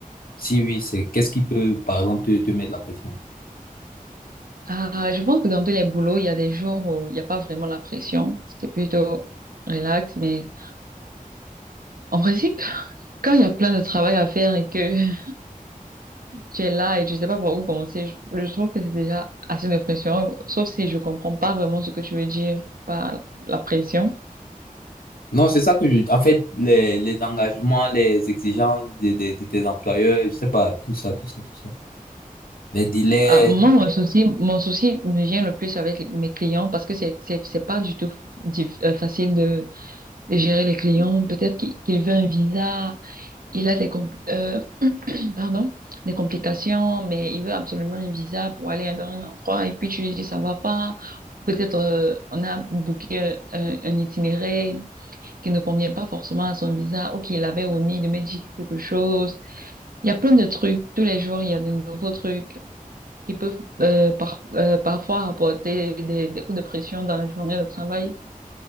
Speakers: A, on the left; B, on the right.
A: Si oui, c'est, qu'est-ce qui peut, par exemple, te, te mettre la pression?
B: ah, je pense que dans tous les boulots, il y a des jours où il n'y a pas vraiment la pression. C'est plutôt relax, mais en principe, <laughs> quand il y a plein de travail à faire et que tu es là et tu sais pas par où commencer. Je, je trouve que c'est déjà assez de pression, sauf si je comprends pas vraiment ce que tu veux dire par la pression.
A: Non, c'est ça que je, en fait, les, les engagements, les exigences de, de, de tes employeurs, je sais pas, tout ça, tout ça, tout ça. Les délais.
B: Ah, moi, mon souci, mon souci me vient le plus avec mes clients parce que c'est, c'est, c'est pas du tout dif- euh, facile de, de gérer les clients. Peut-être qu'il qu'il veut un visa, il a des, compl- euh, <clears throat> pardon, des complications, mais il veut absolument un visa pour aller dans un endroit et puis tu lui dis ça va pas. Peut-être euh, on a booké un, un un itinéraire qui ne convient pas forcément à son visa ou qu'il avait omis de modifier quelque chose. Il y a plein de trucs. Tous les jours, il y a de nouveaux trucs qui peuvent euh, par, euh, parfois apporter des, des coups de pression dans la journée de travail.